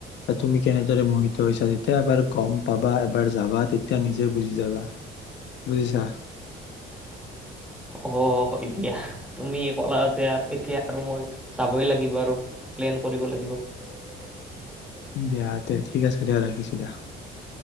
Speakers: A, on the left (about 65°); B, in the centre.
A: তুমি কেনেদৰে মোহিত হৈছা যেতিয়া এবাৰ গম পাবা এবাৰ যাবা তেতিয়া নিজে বুজি যাবা বুজিছা
B: অ' এতিয়া তুমি ক'লাত তেতিয়া এতিয়া আৰু মই যাবই লাগিব আৰু প্লেন কৰিব লাগিব থিব <inaudible>
A: দিয়া তে ঠিক আছে দিয়া ৰাখিছোঁ দিয়া